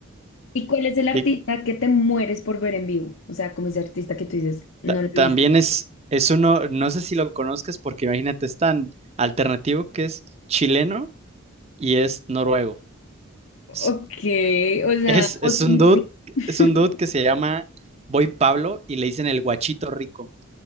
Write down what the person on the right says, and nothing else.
Y
ta-
también
es, es uno, no sé si lo conozcas porque imagínate, es tan alternativo que es chileno y es noruego.
Es,
es,
es un dude,
es un dude que se llama Boy Pablo y le dicen el guachito rico.